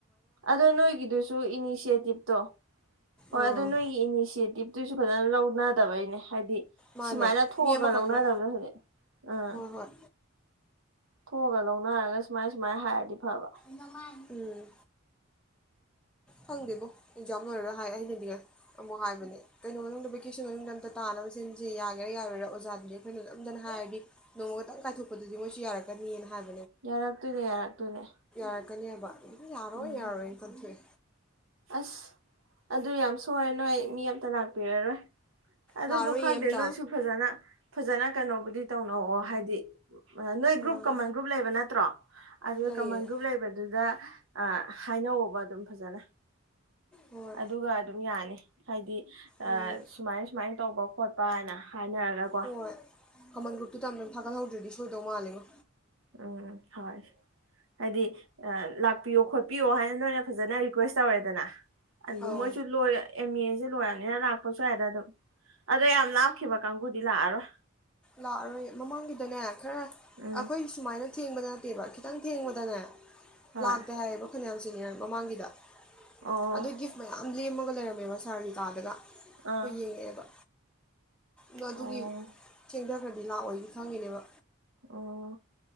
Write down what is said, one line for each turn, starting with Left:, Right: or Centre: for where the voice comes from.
Right: ꯑꯗꯣ ꯅꯣꯏꯒꯤꯗꯨꯁꯨ ꯏꯅꯤꯁꯤꯌꯦꯇꯤꯞꯇꯣ ꯍꯣꯏ
Centre: ꯑꯥ
Right: ꯑꯗꯣ ꯅꯣꯏꯒꯤ ꯏꯅꯤꯁꯤꯌꯦꯇꯤꯞ ꯑꯗꯨꯁꯨ ꯐꯖꯅ ꯂꯧꯅꯗꯕꯩꯅꯦ ꯍꯥꯏꯗꯤ
Centre: ꯃꯥꯅꯦ
Right: ꯁꯤꯃꯥꯏꯅ ꯊꯣꯛꯑꯒ
Centre: ꯃꯤ ꯑꯃꯈꯛꯅ
Right: ꯂꯧꯅꯗꯕꯅꯦ ꯍꯨꯖꯤꯛ ꯑ ꯑꯥ
Centre: ꯍꯣꯏ ꯍꯣꯏ
Right: ꯊꯣꯑꯒ ꯂꯧꯅꯔꯒ ꯁꯨꯃꯥꯏ ꯃꯥꯏ ꯍꯥꯏꯔꯗꯤ ꯐꯕ
Centre: ꯅꯃꯥꯏ ꯎꯝ ꯈꯪꯗꯦꯕꯣ ꯑꯦꯛꯖꯥꯝ ꯂꯣꯏꯔꯒ ꯍꯥꯏ ꯑꯩꯅꯗꯤ ꯑꯃꯨꯛ ꯍꯥꯏꯕꯅꯦ ꯀꯩꯅꯣ ꯃꯅꯨꯡꯗ ꯕꯦꯀꯦꯁꯟ ꯃꯅꯨꯡꯗ ꯑꯝꯇ ꯇꯥꯅꯕ ꯁꯤꯟꯁꯦ ꯌꯥꯒꯦꯔꯥ ꯌꯥꯔꯣꯏꯔꯥ ꯑꯣꯖꯥꯗꯨꯗꯤ ꯑꯩꯈꯣꯏꯅ ꯅꯝꯗꯅ ꯍꯥꯏꯔꯗꯤ ꯅꯣꯡꯃꯈꯛꯇꯪ ꯀꯥꯏꯊꯣꯛꯄꯗꯨꯗꯤ ꯃꯣꯏꯁꯨ ꯌꯥꯔꯛꯀꯅꯤ ꯍꯥꯏꯕ
Right: ꯌꯥꯔꯛꯇꯣꯏꯅꯦ ꯌꯥꯔꯛꯇꯣꯏꯅꯦ
Centre: ꯌꯥꯔꯛꯀꯅꯤ ꯍꯥꯏꯕ ꯌꯥꯔꯣꯏ
Right: ꯎꯝ
Centre: ꯌꯥꯔꯣꯏꯅ ꯀꯟꯊꯣꯛꯑꯦ
Right: ꯑꯁ ꯑꯗꯨ ꯌꯥꯝ ꯁꯣꯏꯔꯦ ꯅꯣꯏ ꯃꯤ ꯑꯝꯇ ꯂꯥꯛꯄꯤꯔꯔꯣꯏ ꯑꯗꯨꯕꯨ
Centre: ꯂꯥꯛꯑꯔꯣꯏꯌꯦ
Right: ꯈꯪꯗꯦ
Centre: ꯑꯝꯇ
Right: ꯅꯣꯏꯁꯨ ꯐꯖꯅ ꯐꯖꯅ ꯀꯩꯅꯣꯕꯨꯗꯤ ꯇꯧꯅꯧꯑꯣ ꯍꯥꯏꯗꯤ ꯅꯣꯏ ꯒ꯭ꯔꯨꯞ
Centre: ꯑꯥ
Right: ꯀꯃꯟ ꯒ꯭ꯔꯨꯞ ꯂꯩꯕ ꯅꯠꯇ꯭ꯔꯣ ꯑꯗꯨ
Centre: ꯂꯩꯌꯦ
Right: ꯀꯃꯟ ꯒ꯭ꯔꯨꯞ ꯂꯩꯕꯗꯨꯗ ꯑ ꯍꯥꯏꯅꯧꯋꯣꯕ ꯑꯗꯨꯝ ꯐꯖꯅ
Centre: ꯍꯣꯏ
Right: ꯑꯗꯨꯒ ꯑꯗꯨꯝ ꯌꯥꯅꯤ ꯍꯥꯏꯗꯤ ꯑꯥ
Centre: ꯎꯝ
Right: ꯁꯨꯃꯥꯏ ꯁꯨꯃꯥꯏꯅ ꯇꯧꯕ ꯀꯣꯠ ꯄ ꯍꯥꯏꯅ ꯍꯥꯏꯅꯔꯒꯀꯣ
Centre: ꯍꯣꯏ ꯀꯃꯟ ꯒ꯭ꯔꯨꯞꯇꯨꯗ ꯑꯃꯇꯪ ꯊꯥꯒꯠꯍꯧꯗ꯭ꯔꯗꯤ ꯁꯣꯏꯗꯧ ꯃꯥꯜꯂꯤꯉꯣ
Right: ꯎꯝ ꯎꯝ ꯍꯣꯏ ꯍꯥꯏꯗꯤ ꯑ ꯂꯥꯛꯄꯤꯌꯣ ꯈꯣꯠꯄꯤꯌꯣ ꯍꯥꯏꯅ ꯅꯣꯏꯅ ꯐꯖꯅ ꯔꯤꯀ꯭ꯋꯦꯁ ꯇꯧꯔꯦꯗꯅ ꯑ
Centre: ꯑꯧ
Right: ꯃꯣꯏꯁꯨ ꯂꯣꯏ ꯑꯦꯝ ꯃꯦ ꯁꯨ ꯂꯣꯏꯔ ꯍꯦꯔ ꯂꯥꯛꯄꯁꯨ ꯌꯥꯏꯗ ꯑꯗꯨꯝ ꯑꯗꯣ ꯌꯥꯝ ꯂꯥꯞꯈꯤꯕ ꯀꯥꯡꯕꯨꯗꯤ ꯂꯥꯛꯑꯔꯣꯏ
Centre: ꯂꯥꯛꯑꯔꯣꯏ ꯃꯃꯥꯡꯒꯤꯗꯅꯦ ꯈꯔ
Right: ꯎꯝ
Centre: ꯑꯈꯣꯏ ꯁꯨꯃꯥꯏꯅ ꯊꯦꯡꯕꯗ ꯅꯠꯇꯦꯕ ꯈꯤꯇꯪ ꯊꯦꯡꯕꯗꯅꯦ
Right: ꯍꯣꯏ
Centre: ꯂꯥꯛꯇꯦ ꯍꯥꯏꯕ ꯐꯅꯥꯌꯥꯝ ꯖꯤꯅꯤꯌꯥꯔ ꯃꯃꯥꯡꯒꯤꯗꯣ
Right: ꯑꯣ
Centre: ꯑꯗꯨ ꯒꯤꯐ ꯃꯌꯥꯝ ꯂꯦꯝꯃꯒ ꯂꯩꯔꯝꯃꯦꯕ ꯁꯥꯔꯒꯤꯀꯥꯗꯒ
Right: ꯑꯥ
Centre: ꯍꯣꯏ ꯌꯦꯡꯉꯛꯑꯦꯕ ꯅꯗꯨꯒꯤ
Right: ꯑꯣ
Centre: ꯊꯦꯡꯊꯈ꯭ꯔꯗꯤ ꯂꯥꯛꯑꯣꯏꯗꯤ ꯈꯪꯉꯤꯅꯦꯕ
Right: ꯑꯣ